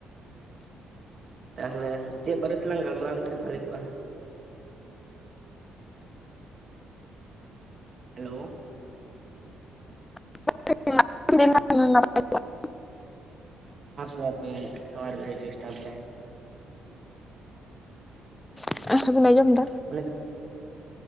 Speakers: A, on the right; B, on the left.
A: ᱛᱟᱦᱚᱞᱮ ᱪᱮᱫ ᱵᱟᱨᱮᱛᱮᱞᱟᱝ ᱜᱟᱞᱢᱟᱨᱟᱣ ᱞᱮᱱᱠᱷᱟᱱ ᱵᱷᱟᱞᱮ ᱠᱚᱜ-ᱟ? ᱦᱮᱞᱳ
B: <inaudible>
A: <inaudible> ᱴᱟᱣᱭᱟᱨ ᱠᱟᱹᱴᱤᱡ ᱰᱤᱥᱴᱟᱵ ᱫᱟᱭ᱾
B: <unintelligible> ᱵᱮᱱ ᱟᱸᱡᱚᱢ ᱫᱟ?
A: <unintelligible>